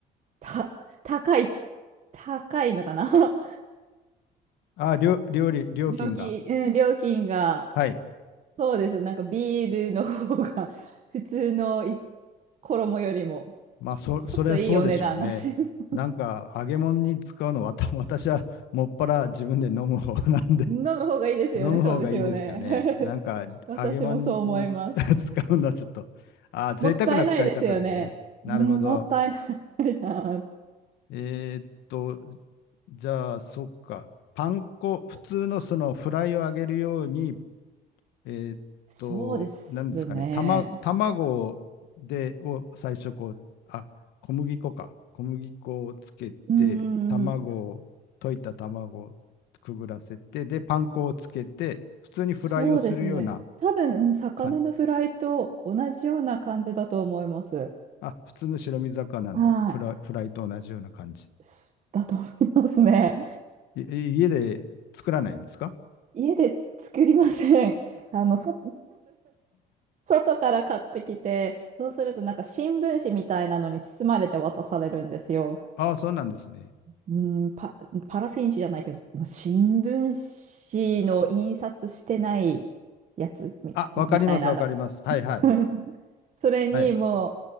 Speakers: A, on the right; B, on the left.
A: た、高い、高いのかな
B: あー、料料理、
A: <laughs>
B: 料金が。
A: 料金、うん、料金が、
B: はい。
A: そうです。なんかビールの方が普通のい衣よりも、
B: まあ、そ、
A: ちょっといいお値段がし、
B: それはそうでしょうね。
A: <laughs>
B: なんか、揚げ物に使うのは、わた <laughs> 私はもっぱら自分で飲む方なんで、<laughs>
A: 飲む方がいいですよね。
B: 飲む方がいいですよね。
A: そうですよね。
B: なんか、
A: <laughs> 私もそう思います。
B: 揚げ物に <laughs> 使うのはちょっと、ああ、贅沢な使い方ですね。
A: もったいないですよね。
B: なるほど。
A: うん、もったいないな。
B: えーっと、じゃあ、そっか。パン粉、普通のそのフライを揚げるように、えーっと、
A: そうですね。
B: 何ですかね、たま、卵で、を最初こう、あ、小麦粉か。小麦粉をつけて、
A: うん、
B: 卵を、溶いた卵をくぐらせて、で、パン粉をつけて、普通にフライをするような
A: そうですね。多分、うん魚のフライと同じような感じだと思います。
B: 感じあ、普通の白身魚のフライ、
A: は
B: フライと同じような感じ。
A: い。すだと思いますね。
B: いい家で作らないんですか
A: 家で作りません。あの、そ <laughs> 外から買ってきて、そうするとなんか新聞紙みたいなのに包まれて渡されるんですよ。
B: ああそうなんですね。
A: うん、パ、パラフィン紙じゃないけど、まあ新聞紙の印刷してないやつみ、
B: あ、わかります、
A: みたいなの。
B: わかります。はいはい。
A: <laughs> それにも
B: はい。